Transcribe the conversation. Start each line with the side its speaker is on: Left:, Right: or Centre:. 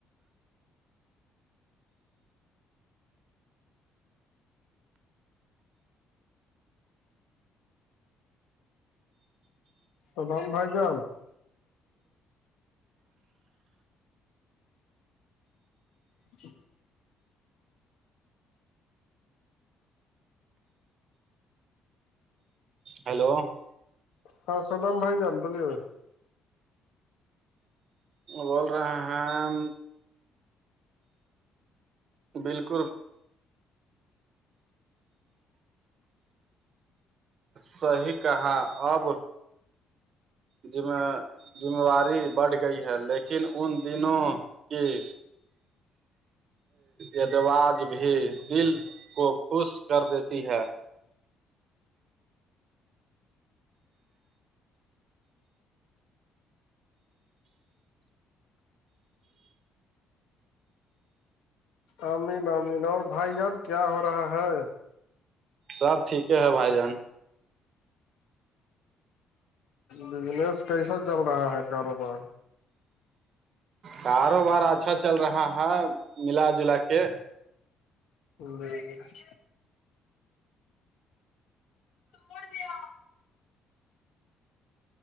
Left: سبام بائی جام اچ
Right: ہیلو
Left: ہاں سودام بھائی جان بولیے
Right: بول رہے ہیں بالکل صیح کہااں اب جم ذمہواری بڑھ گئی ہے لیکن ان دنوں ہوں ادوج بھی دل کو خوش کر دیتی ہے
Left: امین امین اور بھائی ار کیا ہو رہا ہے
Right: سب ٹھیک ہے بھائی جان
Left: بجنس کیسا چل رہا ہے کاروبار
Right: کاروبار اچھا چل رہا ہے ملا جلا کے
Left: ج اورڑ دیا